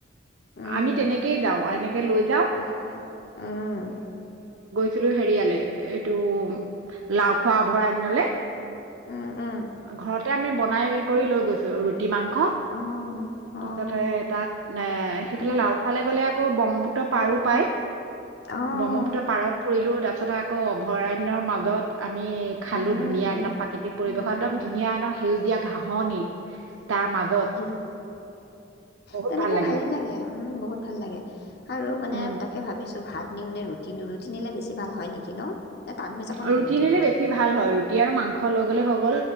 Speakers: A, on the left; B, on the right.
A: উম
B: আমি তেনেকে যাওঁ এনেকে লৈ যাওঁ
A: উম উম
B: ছিলো হেৰিয়ালে এইটো লাওখোৱা অভয়াৰণ্যলে
A: উম
B: ঘৰতে আমি বনাই কৰি লৈ গৈছো ৰু কতি মাংস
A: উম
B: তাৰপিছতে
A: অঁ
B: তাত এ সেইফালে
A: অঁ
B: লাও খোৱালে গ'লে আকৌ ব্ৰহ্মপুত্ৰ পাৰো
A: উম,
B: পায়
A: অ',
B: ব্ৰহ্মপুত্ৰ পাৰত ফুৰিলো তাৰপিছত আকৌ অভয়াৰণ্যৰ মাজত আমি খালো
A: উম,
B: ধুনীয়া
A: উম,
B: একদম প্ৰাকৃতিক পৰিৱেশ
A: উম,
B: একদম ধুনীয়া একদম সেউজীয়া ঘাঁহনি তাৰ মাজত
A: উম
B: বহুত
A: তেনেকে
B: ভাল লাগিলে
A: ভালেই লাগে আৰু উম বহুত ভাল লাগে আৰু মানে
B: উম,
A: তাকে ভাবিছো ত' ভাত নিও নে ৰুটি নিও ৰুটি নিলে বেছি ভাল হয় নেকি ন নে টান হৈ যাব নেকি
B: ৰুটি
A: ৰুটিবিলাক?
B: নিলে বেছি ভাল হয় ৰুটি আৰু মাংস লগত ব বুলি হ'ব